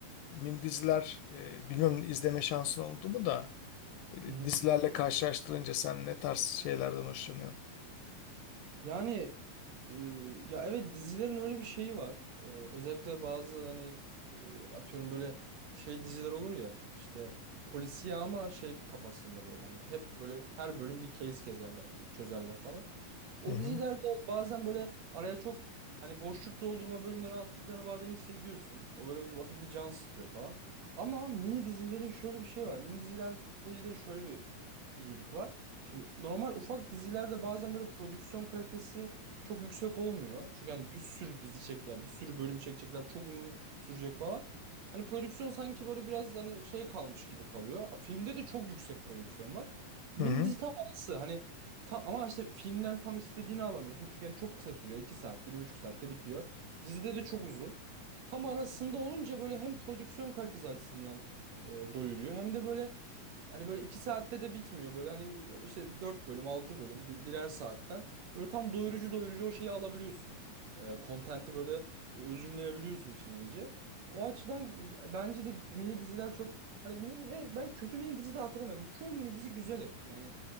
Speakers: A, on the left; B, on the right.
A: mini diziler e, bilmiyorum izleme şansın oldu mu da böyle
B: Hı hı.
A: dizilerle karşılaştırınca sen ne tarz şeylerden hoşlanıyorsun?
B: Yani e, ya evet dizilerin öyle bir şeyi var. E, özellikle bazı hani e, atıyorum böyle şey diziler olur ya işte polisiye ama şey kafasında böyle hani hep böyle her bölüm bir case kezerler, çözerler falan. O
A: Hı hı.
B: dizilerde bazen böyle araya çok hani boşluk doldurma bölümleri attıklarını bazen hissediyorsun. O böyle bir hafif bir can sıkıyor falan. Ama mini dizilerin şöyle bir şey var. Mini dizilerde bir de şöyle bir iyilik var. Şimdi normal ufak dizilerde bazen böyle prodüksiyon kalitesi çok yüksek olmuyor. Çünkü hani bir sürü dizi çek, yani bir sürü bölüm çekecekler, çok uzun sürecek falan. Hani prodüksiyon sanki böyle biraz hani şey kalmış gibi kalıyor. A, Filmde de çok yüksek prodüksiyon var. Mini
A: Hı hı.
B: dizi tam arası. Hani Tam, ama işte filmden tam istediğini alamıyorsun. Çünkü yani çok kısa sürüyor. 2 saatte, bir buçuk saatte bitiyor. Dizide de çok uzun. Tam arasında olunca böyle hem prodüksiyon kalitesi açısından e, doyuruyor. Hem de böyle hani böyle 2 saatte de bitmiyor. Böyle hani işte 4 bölüm, 6 bölüm, bi- birer saatten. Böyle tam doyurucu doyurucu o şeyi alabiliyorsun. E, kontenti böyle özümleyebiliyorsun içine iyice. O açıdan bence de mini diziler çok... Hani mini- ve ben kötü mini dizi de hatırlamıyorum. Çoğu mini dizi güzel hep. Yani